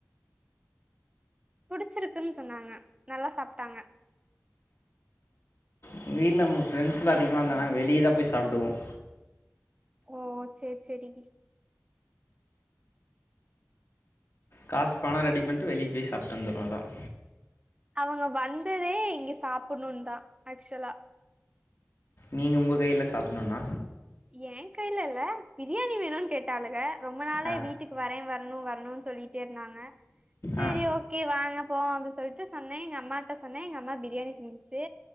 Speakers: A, on the right; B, on the left.
A: பிடிச்சிருக்குன் சொன்னாங்க நல்லா சாப்ட்டாங்க
B: எங்க வீட்ல ஃப்ரெண்ட்ஸ்லாம் அதிகமாக வந்தாங்னா நாங்க வெளியதான் போய் சாப்டுவோம்
A: ஓ சேரி சேரி
B: காசு பணம் ரெடி பண்ணிட்டு வெளிய போய் சாப்ட்டு வந்துருவோ எல்லாரு
A: அவுங்க வந்ததே இங்க சாப்புடணும்னு தான் ஆக்சுவலா
B: நீங்க உங்க கையில சாப்டணும்னா
A: என் கையில இல்ல பிரியாணி வேணும்னு கேட்டாளுக ரொம்ப நாளா
B: ஆ
A: வீட்டுக்கு வரேன் வர வரணும் வரணும்னு சொல்லிட்டே இருந்தாங்க சேரி
B: ஆ
A: ஓகே வாங்க போவோம் சொல்ட்டு சொன்னே எங்கம்மாட்ட சொன்னே எங்கம்மா பிரியாணி செஞ்சுச்சு